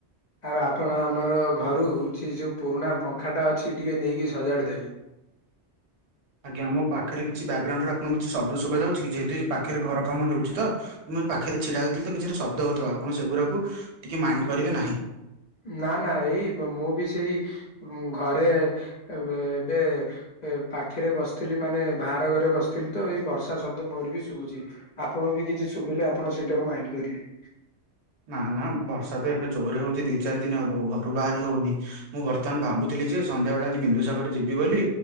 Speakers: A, on the left (about 55°); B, on the right (about 70°).
A: ଆଉ ଆପଣ ଆମର ଘରୁ ଛି ଯୋଉ ପୁରୁଣା ପଙ୍ଖାଟା ଅଛି ଟିକିଏ ନେଇକି ସଜାଡ଼ି ଦେବେ।
B: ଆଜ୍ଞା ମୋ ପାଖରେ କିଛି ବ୍ୟାକଗ୍ରାଉଣ୍ଡରେ ଆପଣଙ୍କୁ କିଛି ଶବ୍ଦ ଶୁଭାଯାଉଛି କି? ଯେହେତୁ ଏ ପାଖରେ ଘର କାମ ହେଉଛି ତ। ମୁଁ ଏ ପାଖରେ ଛିଡା ହୋଇଥିଲି ତ କିଛିଟା ଶବ୍ଦ ହଉଥୁବ ଆପଣ ସେଗୁରାକୁ ଟିକେ ମାଇଣ୍ଡ କରିବେ ନାହିଁ।
A: ନା ନା ଏଇ ମ-ମୁଁ ବି ସେଇ ମୁଁ ଘରେ ଏବେ ଦେ ଏ ପାଖେରେ ବସିଥିଲି ମାନେ ବାହାରଘରେ ବସିଥିଲି ତ ଏଇ ବର୍ଷା ଶବ୍ଦ ମୋରି ବି ଶୁଭୁଛି। ଆପଣ ବି କିଛି ଶୁଭିଲେ ଆପଣ ସେଇଟାକୁ ମାଇଣ୍ଡ କରିବେନି।
B: ନା ନା ବର୍ଷା ତ ଏବେେ ଜୋରରେ ହଉଛି ଦି ଚାରି ଦିନ ହବ ଘରୁ ବାହାରି ହଉନି। ମୁଁ ବର୍ତ୍ତମାନ ଭାବୁଥିଲି ଯେ ସନ୍ଧ୍ୟା ବେଳେ ଆଜି ବିନ୍ଦୁସାଗର ଯିବି ବୋଲି।